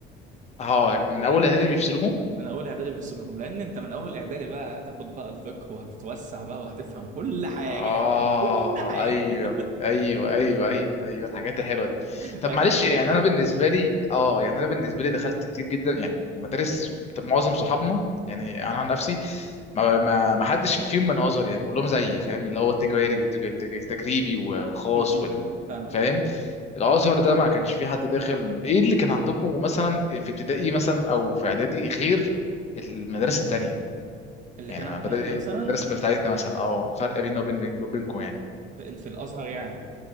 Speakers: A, on the left; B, on the right.
A: اه من
B: يعني
A: اول اعدادي بيفصلوهم
B: من اول اعدادي بيفصلهم لان انت من اول اعدادي بقى هتاخد بقى الفقه وهتتوسع بقى وهتفهم كل حاجه
A: اه
B: <laughs> كل حاجه
A: ايوه
B: <laughs>
A: ايوه ايوه ايوه ايوه الحاجات الحلوه دي
B: أي-
A: طب معلش
B: ايوه
A: يعني انا بالنسبه لي اه يعني انا بالنسبه لي دخلت كتير جدا يعني المدارس طب معظم صحابنا يعني انا عن نفسي ما ما ما حدش فيهم من ازهر يعني كلهم زيي فاهم اللي هو التجاري والتجريبي وخاص
B: مم، مم،
A: وال
B: مم. فاهمك
A: فاهم
B: اه
A: الازهر ده ما كانش فيه حد داخل ايه اللي كان عندكم مثلا في ابتدائي مثلا او في اعدادي غير المدارس التانية
B: اللي
A: يعني
B: كان عندنا
A: ما بدأ
B: احنا مثلا
A: الدرس بتاعتنا مثلا اه فرق بيننا وبين بين- بينكم يعني
B: في في الازهر يعني